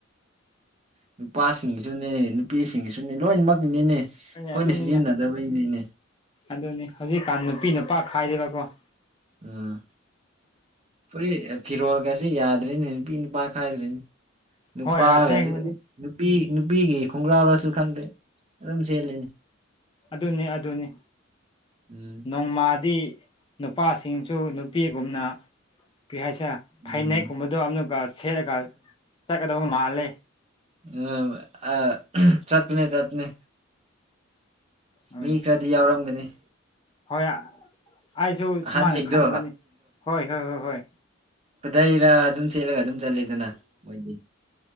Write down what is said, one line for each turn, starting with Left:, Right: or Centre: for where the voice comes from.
Right: ꯅꯨꯄꯥꯁꯤꯡꯒꯤꯁꯨꯅꯦ ꯅꯨꯄꯤꯁꯤꯡꯒꯤꯁꯨꯅꯦ ꯂꯣꯏꯅꯃꯛꯀꯤꯅꯦ
Left: ꯑꯗꯨꯅꯤꯅ
Right: ꯈꯣꯏꯅꯥ ꯁꯤꯖꯤꯅꯗꯕꯩꯅꯤꯅꯦ
Left: ꯑꯗꯨꯅꯤ ꯍꯧꯖꯤꯛꯀꯥꯟ ꯅꯨꯄꯤ ꯅꯨꯄꯥ ꯈꯥꯏꯗꯦꯕꯀꯣ
Right: ꯎꯝ ꯐꯨꯔꯤꯠ ꯐꯤꯔꯣꯟ ꯒꯥꯁꯦ ꯌꯥꯗꯔꯦꯅꯦ ꯅꯨꯄꯤ ꯅꯨꯄꯥ ꯈꯥꯏꯗꯔ꯭ꯦꯅꯦ ꯅꯨꯄꯥꯒꯁꯦ
Left: ꯍꯣꯏ ꯑꯁꯦꯡꯕꯅꯤ
Right: ꯅꯨꯄꯤ ꯅꯨꯄꯤꯒꯤ ꯈꯣꯡꯒ꯭ꯔꯥꯎꯔꯁꯨ ꯈꯪꯗꯦ ꯑꯗꯨꯝ ꯁꯦꯠꯂꯦ
Left: ꯑꯗꯨꯅꯤ ꯑꯗꯨꯅꯤ
Right: ꯎꯝ
Left: ꯅꯣꯡꯃꯥꯗꯤ ꯅꯨꯄꯥꯁꯤꯡꯁꯨ ꯅꯨꯄꯤꯒꯨꯝꯅ ꯀꯔꯤ ꯍꯥꯏꯁꯤꯔꯥ ꯐꯅꯦꯛꯀꯨꯝꯕꯗꯣ
Right: ꯎꯝ
Left: ꯑꯃꯨꯛꯀꯥ ꯁꯦꯠꯂꯒ ꯆꯠꯀꯗꯕ ꯃꯥꯜꯂꯦ
Right: ꯎꯝ ꯑꯥ ꯆꯠꯄꯅꯦ ꯆꯠꯄꯅꯦ
Left: ꯍꯣꯏ
Right: ꯃꯤ ꯈꯔꯗꯤ ꯌꯥꯎꯔꯝꯒꯅꯤ
Left: ꯍꯣꯏ ꯑꯩꯁꯨ
Right: ꯑꯍꯟꯁꯤꯡꯗꯣ
Left: ꯁꯨꯃꯥꯏꯅ ꯈꯟꯕꯅꯤ ꯍꯣꯏ ꯍꯣꯏ ꯍꯣꯏ ꯍꯣꯏ
Right: ꯈꯨꯗꯩꯔꯥ ꯑꯗꯨꯝ ꯁꯦꯠꯂꯒ ꯑꯗꯨꯝ ꯆꯠꯂꯤꯗꯅ ꯃꯣꯏꯗꯤ